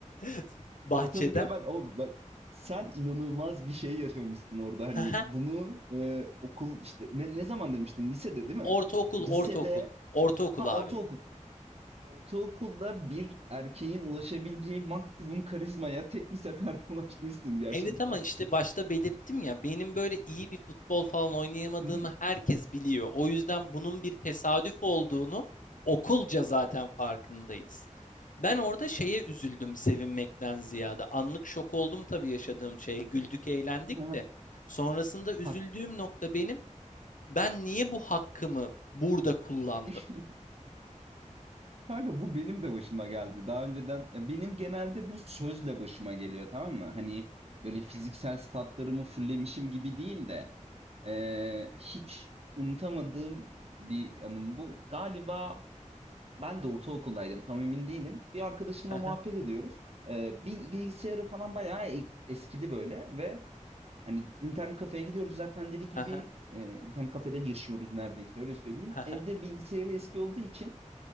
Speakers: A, on the left; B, on the right.
A: <laughs> bahçeden.
B: ortalık hemen o bak sen inanılmaz bir şey yaşamışsın orada hani
A: <laughs> Hı hı.
B: bunu e, okul işte ne, ne zaman demiştin lisede değil mi?
A: Ortaokul,
B: Lisede
A: ortaokul. Ortaokul
B: ha
A: abi.
B: ortaokul Ortaokulda bir erkeğin ulaşabileceği maksimum karizmaya tek bir seferde <laughs> ulaşmışsın gerçekten.
A: Evet ama işte başta belirttim ya benim böyle iyi bir futbol falan oynayamadığımı
B: <laughs>
A: herkes biliyor. O yüzden bunun bir tesadüf olduğunu okulca zaten farkındayız. Ben orada şeye üzüldüm sevinmekten ziyade. Anlık şok oldum tabii yaşadığım şeye. Güldük, eğlendik
B: Ha,
A: de. Sonrasında üzüldüğüm
B: hak-
A: nokta benim. Ben niye bu hakkımı burada kullandım?
B: <laughs> Kanka bu benim de başıma geldi. Daha önceden ya benim genelde bu sözle başıma geliyor tamam mı? Hani böyle fiziksel statlarımı fullemişim gibi değil de eee, hiç unutamadığım bir anım bu. Galiba Ben de ortaokuldaydım tam emin değilim. Bir arkadaşımla
A: Hı
B: muhabbet
A: hı,
B: ediyoruz. Ee, bil- bilgisayarı falan bayağı e- eskidi böyle ve hani internet kafeye gidiyoruz zaten deli gibi
A: hı hı,
B: e, internet kafede yaşıyoruz neredeyse öyle söyleyeyim.
A: hı
B: Evde bilgisayarı eski olduğu için